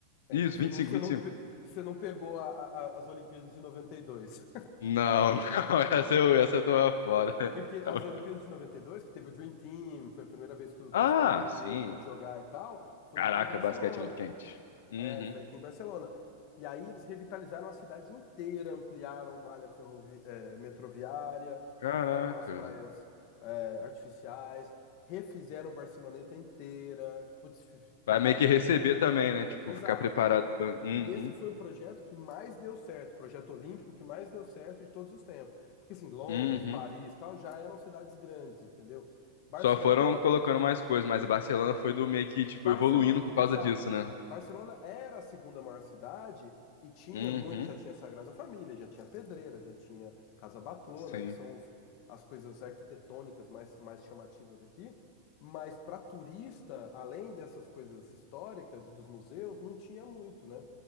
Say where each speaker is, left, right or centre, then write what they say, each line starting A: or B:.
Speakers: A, on the left (about 35°); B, on the left (about 70°).
A: É,
B: Isso,
A: então você
B: vinte
A: não, você
B: vinte e cinco, vinte
A: não,
B: e cinco.
A: pe- você não pegou a- a- a- as Olimpíadas de 92,
B: Não, <laughs> não,
A: <laughs>
B: essa eu, essa eu tô fora. <laughs>
A: Porque
B: Tá
A: as
B: bom.
A: Olimpíadas de 92, que teve o Dream Team, foi a primeira vez que o pessoal
B: Ah,
A: da NBA
B: sim.
A: pôde jogar e tal, foi
B: Caraca,
A: aqui em Barcelona.
B: basquete é muito quente. Uhum.
A: É, foi aqui em Barcelona. E aí eles revitalizaram a cidade inteira, ampliaram malha ferrovi eh, metroviária,
B: Caraca.
A: fizeram as praias eh, artificiais, refizeram Barceloneta inteira. Putz, fi-
B: Vai
A: e
B: meio
A: aí,
B: que receber também, né? Tipo,
A: exato.
B: ficar preparado pra... Uhum,
A: E esse foi o projeto que mais deu certo, o projeto olímpico que mais deu certo de todos os tempos. Porque assim, Londres,
B: uhum.
A: Paris, tal, já eram cidades grandes, entendeu? Barcelona
B: Só foram colocando mais coisas, mas a Barcelona foi do meio que,
A: Barcelona,
B: tipo, evoluindo por
A: exato.
B: causa disso, né?
A: Barcelona era a segunda maior cidade e tinha
B: Uhum,
A: muito, já tinha Sagrada Família, já tinha Pedreira, já tinha Casa Batlló,
B: sim,
A: né, que são os- as coisas arquitetônicas mais, mais chamativas aqui. Mas para turista, além dessas coisas históricas e dos museus, não tinha muito, né?